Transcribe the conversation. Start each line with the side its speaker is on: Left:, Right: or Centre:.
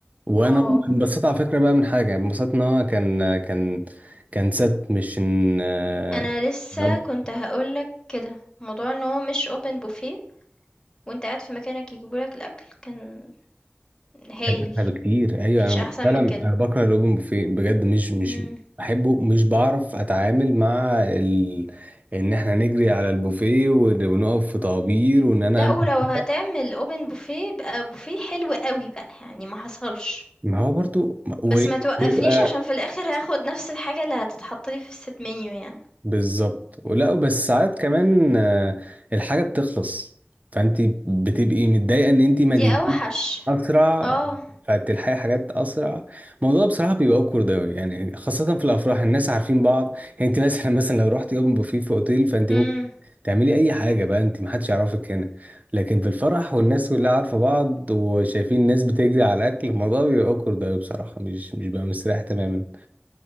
Right: وانا
Left: اه
Right: انبسطت على فكره بقى من حاجه انبسطت ان هو كان كان كان ست مش ان آه،
Left: انا لسه
Right: إن أبو-
Left: كنت هقولك كده موضوع ان هو مش open buffet وانت قاعد في مكانك يجيبولك الأكل كان هايل
Right: كان احلى بكتير ايوه
Left: مفيش
Right: انا م-
Left: أحسن
Right: فعلا
Left: من
Right: انا
Left: كده
Right: بكره الاوبن بوفيه بجد مش مش
Left: مم.
Right: بحبه مش بعرف اتعامل مع ال... ان احنا نجري على البوفيه ون- ونقف في طوابير وان انا
Left: لا
Right: أمسك
Left: ولو هتعمل
Right: طبق.
Left: اوبن بوفيه يبقى بوفيه حلو قوي بقى يعني ما حصلش
Right: ما هو برضو و-
Left: بس ما توقفنيش
Right: ويبقى
Left: عشان في الاخر هاخد نفس الحاجة اللي هتتحط لي في الست منيو يعني
Right: بالظبط ولا بس ساعات كمان آه، الحاجه بتخلص فانت بتبقي متضايقه ان انت ما
Left: دي اوحش
Right: اسرع
Left: اه
Right: بتاعت الحياة حاجات اسرع الموضوع بصراحه بيبقى اوكورد اوي يعني خاصه في الافراح الناس عارفين بعض يعني انت <laughs> مثلا مثلا لو رحت يوم بوفيه في اوتيل فانت
Left: امم
Right: ممكن تعملي اي حاجه بقى انت محدش يعرفك هنا لكن في الفرح والناس كلها عارفه بعض وشايفين الناس بتجري على الاكل الموضوع بيبقى اوكورد اوي بصراحه مش مش بقى مستريح تماما